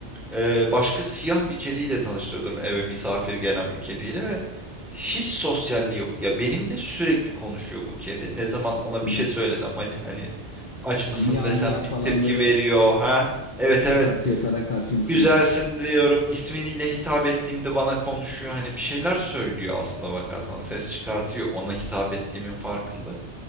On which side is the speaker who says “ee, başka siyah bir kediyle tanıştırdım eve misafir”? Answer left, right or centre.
Centre